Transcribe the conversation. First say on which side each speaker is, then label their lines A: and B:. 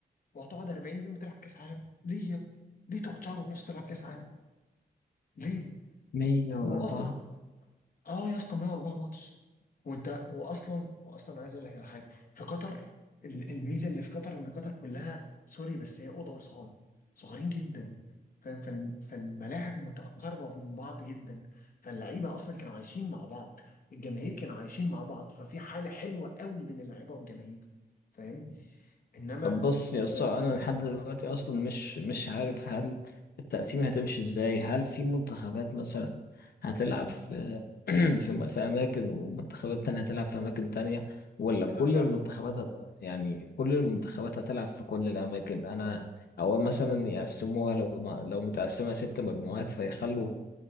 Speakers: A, on the left (about 60°); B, on the left (about 80°).
A: وهتقعد 40 يوم تلعب كاس عالم ليه يا ابني؟ ليه تقعد شهر ونص تلعب كاس عالم؟ ليه؟
B: 104
A: واصلا اه يا اسطى 104 ماتش وانت واصلا واصلا عايز اقول لك على حاجه في قطر ال- الميزه اللي في قطر ان قطر كلها سوري بس هي اوضه وصاله صغيرين جدا فاهم فال- فالملاعب متقاربه من بعض جدا فاللعيبه اصلا كانوا عايشين مع بعض الجماهير كانوا عايشين مع بعض ففي حاله حلوه قوي بين اللعيبه والجماهير فاهم انما
B: طب بص يا اسطى
A: آه،
B: انا لحد دلوقتي اصلا مش مش عارف هل التقسيمه هتمشي ازاي هل في منتخبات مثلا هتلعب <clears throat> في في اماكن ومنتخبات تانية هتلعب في اماكن تانية ولا كل
A: كده مش عادل
B: المنتخبات هت- يعني كل المنتخبات هتلعب في كل الاماكن انا او مثلا يقسموها لو ما- لو متقسمة ست مجموعات فيخلوا